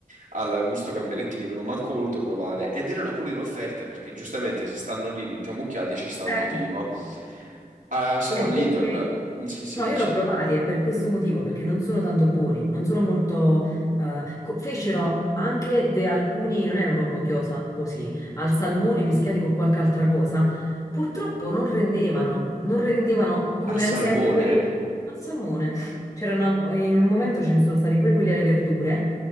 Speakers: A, on the right; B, on the left.
A: al gusto gamberetti che non ho manco voluto provare. Ed erano pure in offerta perché giustamente se stanno lì tutti ammucchiati ci sta un
B: Eh,
A: motivo. Ah, se
B: è
A: no Lidl,
B: perché...
A: sì, si
B: No,
A: dici.
B: io l'ho provati e per questo motivo, perché non sono tanto buoni, non sono molto... eh, co- fecero anche de- alcuni, non erano proprio ghiosa, o sì, al salmone mischiati con qualche altra cosa. Purtroppo non rendevano, non rendevano come
A: Al salmone?
B: ad esempio quelli al salmone. C'era una- in un momento ce ne sono stati pure quelli alle verdure.